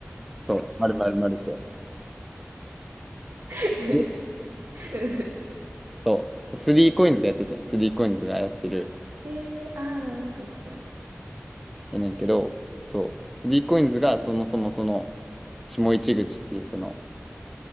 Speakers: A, in the centre; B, on the right.
A: そう、丸々マルシェ。
B: <laughs>
A: で
B: うん
A: そう、スリーコインズがやってて、スリーコインズがやってる
B: へえ、ああ、なんか言ってたね。
A: やねんけど、そう、3コインズがそもそもその、下市口っていうその、